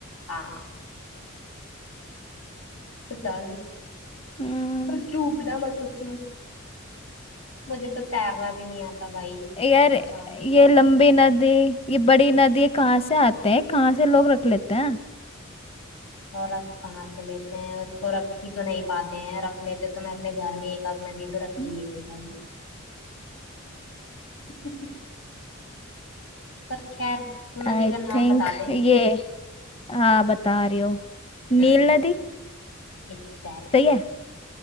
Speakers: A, on the left; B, on the left.
A: हाँ बता दे
B: हम्म
A: बस डूबना मत उसमें मुझे तो तैरना भी नहीं आता भाई
B: यार
A: बचाऊंगी
B: ये
A: कैसे
B: लंबी नदी ये बड़ी नदी कहाँ से आते हैं कहाँ से लोग रख लेते हैं
A: और रख कहाँ से लेते हैं उसको रख ही तो नहीं पाते हैं रख लेते तो मैं अपने घर में एक आध नदी तो रख
B: हम्म
A: ही लेती भाई <laughs> पर खैर तू नदी
B: आई
A: का नाम
B: थिंक
A: बता दे
B: ये हाँ बता रही हो नील
A: हम्म
B: नदी
A: Exactly
B: सही
A: exactly.
B: है